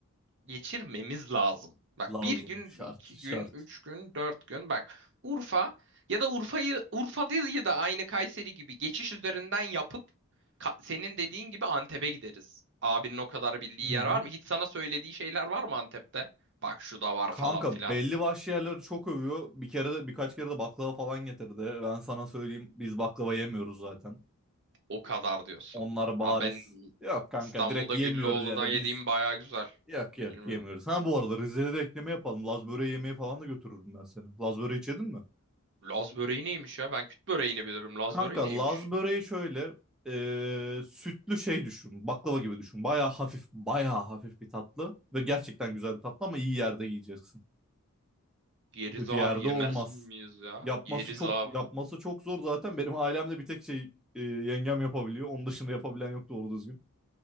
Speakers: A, on the right; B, in the centre.
A: Geçirmemiz lazım. Bak
B: Lazım
A: bir gün,
B: şart
A: iki
B: şart.
A: gün, üç gün, dört gün. Bak Urfa ya da Urfa'yı Urfa değil de aynı Kayseri gibi geçiş üzerinden yapıp ka- senin dediğin gibi Antep'e gideriz. Abinin o kadar bildiği
B: Hı hı.
A: yer var mı? Hiç sana söylediği şeyler var mı Antep'te? Bak şu da var
B: Kanka
A: falan filan.
B: belli başlı yerleri çok övüyor. Bir kere de birkaç kere de baklava falan getirdi. Ben sana söyleyeyim biz baklava yemiyoruz zaten.
A: O kadar diyorsun.
B: Onlar
A: Aa
B: bariz.
A: ben
B: Yok kanka
A: İstanbul'da
B: direkt yemiyoruz
A: Güllüoğlu'dan
B: yani
A: yediğim
B: biz.
A: baya güzel.
B: Yok yok
A: Bilmiyorum.
B: yemiyoruz. Ha bu arada Rize'de de ekleme yapalım. Laz böreği yemeği falan da götürürüm ben seni. Laz böreği hiç yedin mi?
A: Laz böreği neymiş ya? Ben küt böreğini bilirim. Laz
B: Kanka
A: böreği neymiş?
B: Laz böreği şöyle eee, sütlü şey düşün. Baklava gibi düşün. Baya hafif baya hafif bir tatlı. Ve gerçekten güzel bir tatlı ama iyi yerde yiyeceksin.
A: Yeriz
B: Kötü yerde
A: abi yemez
B: olmaz.
A: miyiz ya?
B: Yapması
A: Yeriz
B: çok
A: abi.
B: yapması çok zor zaten. Benim ailemde bir tek şey e, yengem yapabiliyor. Onun dışında yapabilen yok doğru düzgün.